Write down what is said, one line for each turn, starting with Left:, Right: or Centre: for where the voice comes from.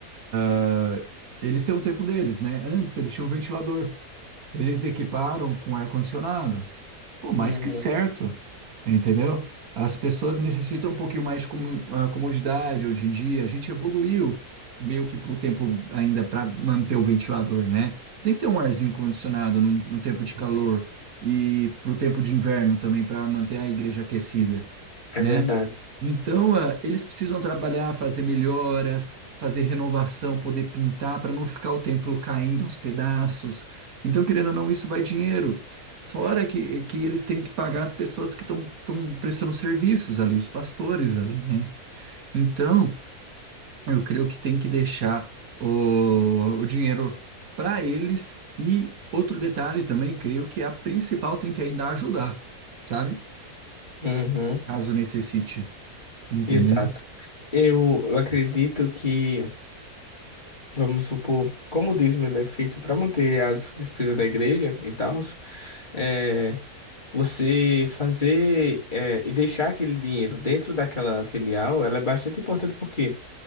Right: ah, eles têm um templo deles, né? Antes eles tinham um ventilador. Eles equiparam com ar-condicionado. Pô, mais
Left: uhum,
Right: que certo, entendeu? As pessoas necessitam um pouquinho mais de comu- ah, comodidade hoje em dia. A gente evoluiu meio que para o tempo ainda para manter o ventilador, né? Tem que ter um arzinho condicionado no, no tempo de calor e para o tempo de inverno também para manter a igreja aquecida,
Left: É
Right: né?
Left: verdade.
Right: Então, ah, eles precisam trabalhar, fazer melhoras, fazer renovação, poder pintar para não ficar o templo caindo aos pedaços então, querendo ou não, isso vai dinheiro. Fora que, que eles têm que pagar as pessoas que estão prestando serviços ali, os pastores ali, né? Então, eu creio que tem que deixar o, o dinheiro para eles. E outro detalhe também, creio que a principal tem que ainda ajudar, sabe?
Left: uhum.
Right: Caso necessite. Entendeu?
Left: Exato. Eu, eu acredito que, vamos supor, como o dízimo ele é feito para manter as despesas da igreja e tal, é, você fazer é, e deixar aquele dinheiro dentro daquela filial, ela é bastante importante porque